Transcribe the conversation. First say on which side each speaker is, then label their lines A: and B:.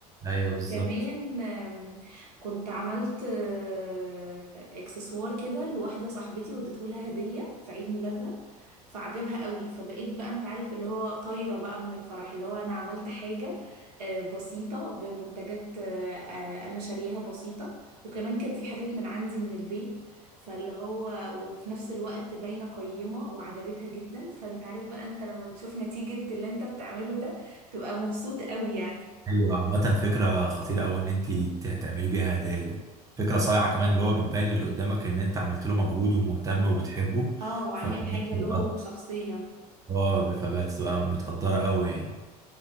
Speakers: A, on the right (about 15°); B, on the right (about 75°).
A: ايوه بالظبط
B: كمان آم، كنت عملت آه، اكسسوار كده لواحدة صاحبتي واديته لها هدية في عيد ميلادها فعجبها قوي فبقيت بقى انت عارف اللي هو طايرة بقى من الفرح اللي هو انا عملت حاجة آه، بسيطة بمنتجات آه، آه، انا شارياها بسيطة وكمان كان في حاجات من عندي من البيت فاللي هو وفي نفس الوقت باينة قيمة وعجبتها جدا فانت عارف بقى انت لما بتشوف نتيجة اللي انت بتعمله ده تبقى مبسوط قوي يعني
A: ايوه عامة فكرة خطيرة أوي إن أنت ت- تعملي بيها هدايا دي فكرة صايعة كمان اللي هو بتبين للي قدامك إن أنت عملت له مجهود ومهتم وبتحبه
B: اه وعامل
A: فالدنيا
B: حاجة
A: بتبقى-
B: له هو شخصيا
A: اه فبتبقى متقدرة أوي يعني